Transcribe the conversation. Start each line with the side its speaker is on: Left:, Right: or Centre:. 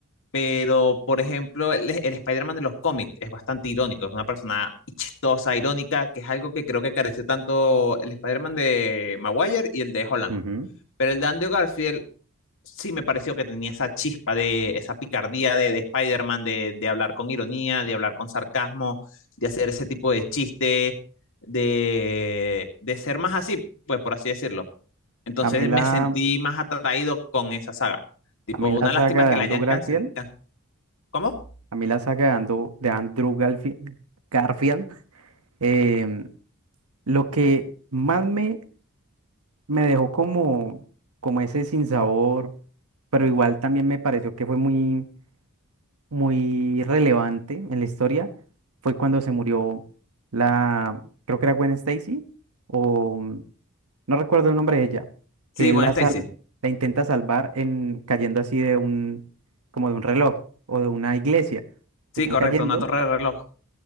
Left: pero por ejemplo, el, el Spider-Man de los cómics es bastante irónico, es una persona chistosa, irónica, que es algo que creo que carece tanto el Spider-Man de Maguire y el de Holland.
Right: ujú.
Left: Pero el de Andrew Garfield sí me pareció que tenía esa chispa de esa picardía de, de Spider-Man, de, de hablar con ironía, de hablar con sarcasmo, de hacer ese tipo de chiste, de, de ser más así, pues por así decirlo. Entonces
Right: A mí la,
Left: me sentí más atraído con esa saga. Tipo,
Right: a mí la
Left: una
Right: saga
Left: lástima que
Right: de Andrew
Left: la hayan
Right: Garfield,
Left: cancelado. ¿Cómo?
Right: a mí la saga de Andrew, de Andrew Garfield, Garfield, em, lo que más me, me dejó como, como ese sinsabor, pero igual también me pareció que fue muy muy relevante en la historia fue cuando se murió la, creo que era Gwen Stacy, o mm, no recuerdo el nombre de ella,
Left: Sí,
Right: que él
Left: Gwen
Right: la,
Left: Stacy.
Right: sal- la intenta salvar en cayendo así de un, como de un reloj o de una iglesia, que
Left: Sí,
Right: están
Left: correcto,
Right: cayendo,
Left: una torre de reloj.